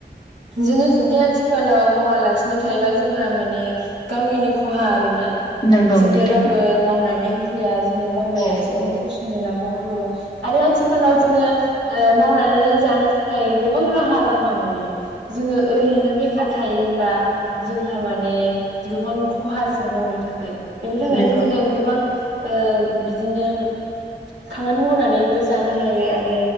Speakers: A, on the right; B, on the left.
A: जोङो जुदि आथिखालाव मावालासिनो थायोबा जोंहा माने गावनिनो खहा आरोना।
B: नंगौ
A: जोंनो
B: नोंथां
A: रावबो मावनानै होफैया जोङो गावनि
B: औ
A: आथिङावनो
B: औ
A: गसंनो नाजानाय नांगौ आरो आथिखालाव जोङो मावनानै जानो थाखाय गोबां राहा लामा मोनो जोङो ओरैनो बे सि थायोब्ला जोंहा माने गोबां खहासो गावनि थाखाय बिनि थाखायनो
B: नंगौ
A: जोङो गोबां ओ बिदिनो खामानि मावनानैबो जानो हायो आरो